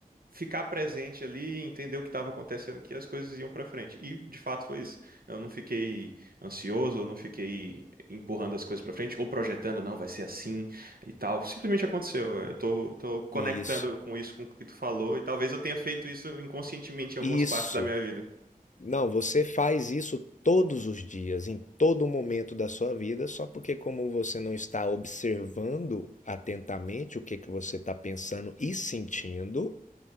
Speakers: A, on the right; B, on the left.
A: ficar presente ali, e entender o que estava acontecendo, que as coisas iam pra frente. E de fato foi isso. Eu não fiquei ansioso, eu não fiquei empurrando as coisas pra frente ou projetando, não, vai ser assim e tal. Simplesmente aconteceu. Eu tô, tô conectando
B: Isso,
A: com isso, com o que tu falou, e talvez eu tenha feito isso inconscientemente em algumas
B: isso.
A: partes da minha vida.
B: Não, você faz isso todos os dias, em todo momento da sua vida, só porque como você não está observando atentamente o que que você está pensando e sentindo,